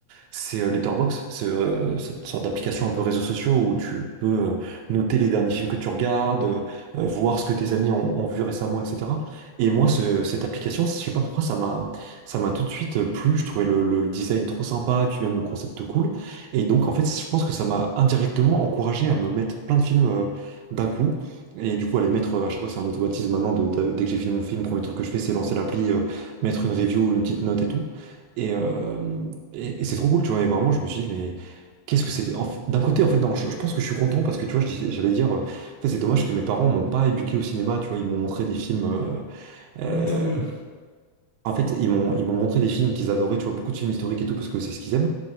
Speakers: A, on the right; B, on the left.
A: c'est euh, Letterboxd. C'est euh, cette sorte d'application un peu réseaux sociaux où tu peux euh, noter les derniers films que tu regardes, euh, euh, voir ce que tes amis ont, ont vu récemment, etc. Et moi, ce- cette application, je sais pas pourquoi, ça m'a ça m'a tout de suite euh, plu. Je trouvais le, le design trop sympa et puis même le concept cool. Et donc, en fait, je pense que ça m'a indirectement encouragé à me mettre plein de films euh, d'un coup. Et du coup, à les mettre, euh, à chaque fois, c'est un automatisme maintenant. de- de- dès que j'ai fini mon film, le premier truc que je fais, c'est lancer l'appli, euh, mettre une review, une petite note et tout. Et, euh, et, et c'est trop cool, tu vois. Et vraiment, je me suis dit, mais qu'est-ce que c'est. en f- D'un côté, en fait, non, je, je pense que je suis content parce que, tu vois, je disais- j'allais dire, euh, en fait, c'est dommage que mes parents m'ont pas éduqué au cinéma, tu vois. Ils m'ont montré des films. euh, euh,
B: Ouais, mais tant mieux.
A: en fait, ils m'ont ils m'ont montré des films qu'ils adoraient, tu vois, beaucoup de films historiques et tout, parce que c'est ce qu'ils aiment